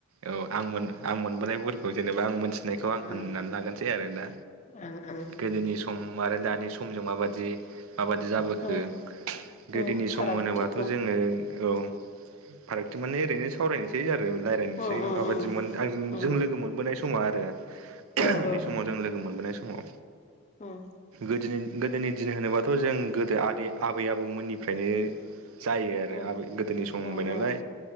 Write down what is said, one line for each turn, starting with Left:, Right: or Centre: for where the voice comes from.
Right: औ आं मोन आं मोनबोनायफोरखौ‌ जेनेबा आं मोनथि नायखौ आं
Left: ओं
Right: होननानै लागोरसै आरो दा।
Left: ओं ओं
Right: गोदोनि स सम आरो दानि समजों माबादि माबादि जाबोखो
Left: उम
Right: गोदोनि
Left: उम
Right: सम
Left: फारागथिखौ
Right: होनोबाथ' जोङो औ। फारागथि माने ओरैनो सावरायनोसै आरो रायलाय
Left: उम
Right: माबादि
Left: उम उम
Right: मोन आं जों
Left: उम
Right: जों लोगो मोनबोनाय समा आरो
Left: औ
Right: उन्दै
Left: औ
Right: समाव हजों लोगो मोनबोनाय समाव
Left: उम
Right: गोदोनि गोदोनि दिन होनोबाथ' जों गोदो आदै आबै आबौमोननिफ्रायनो जायो आरो
Left: उम
Right: आबै गोदोनि सम होनबाय
Left: उम
Right: नालाय,